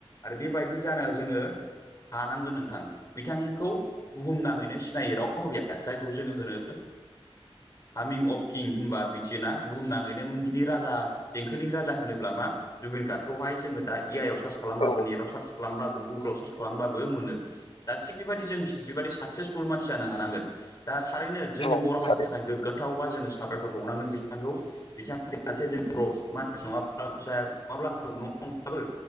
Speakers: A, on the left; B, on the left.
A: आरो बेबायदि जाना जोङो हानांगोन नोंथां बिथांखौ बुहुमनाङैनो सिनायै रावबो गैया जायखौ जोङो होनो ओ हामिं अफ किं होनबा बिटिना बुहुमनाङैनो बिनि राजा देंखोनि राजा होनोब्ला मा जुबिन गार्डखौहाय जोङो दा ए आइ आव सार्च खालामबाबो
B: औ
A: नेटाव सार्च खालामब्लाबो गुगोलाव सार्च खालामबाबो मोनो। दा थिग बेबायदि जों बेबायदि साक्सेसफुल मानसि जानो हानांगोन। दा थारैनो जोंनि
B: औ
A: बर' हारिनि
B: थारैनो
A: थाखाय गोग्गाथाव बा जोङो साबायखर बावनांगोन बिथांखौ बिथांनि मोनसे जों बर' मानसि नङाब्ला जाया नङाब्ला नबो